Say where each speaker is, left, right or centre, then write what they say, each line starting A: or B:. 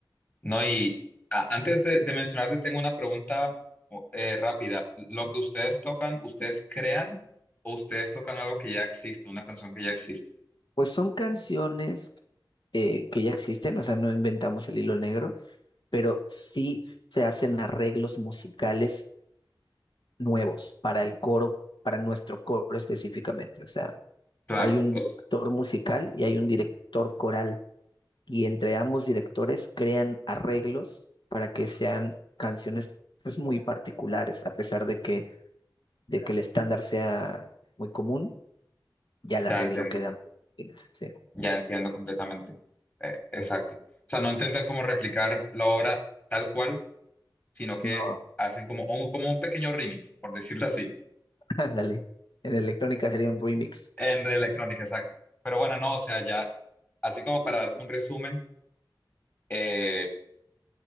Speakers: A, on the left; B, on the left.
A: No, y a- antes de, de mencionarte, tengo una pregunta o- eh, rápida. ¿Lo que ustedes tocan, ustedes crean o ustedes tocan algo que ya existe, una canción que ya existe?
B: Pues son canciones eh, que ya existen, o sea, no inventamos el hilo negro, pero sí se hacen arreglos musicales nuevos para el coro, para nuestro coro específicamente. O sea,
A: Claro,
B: hay un
A: os,
B: director musical y hay un director coral, y entre ambos directores crean arreglos para que sean canciones pues muy particulares, a pesar de que, de que el estándar sea muy común, ya el
A: te
B: arreglo
A: entiendo.
B: queda. sí.
A: Ya entiendo completamente. Eh, exacto. O sea, no intentan como replicar la obra tal cual, sino que
B: No,
A: hacen como un, como un pequeño remix, por decirlo así,
B: Ándale. En electrónica sería un remix.
A: en electrónica, exacto. Pero bueno, no, o sea, ya, así como para darte un resumen, eh,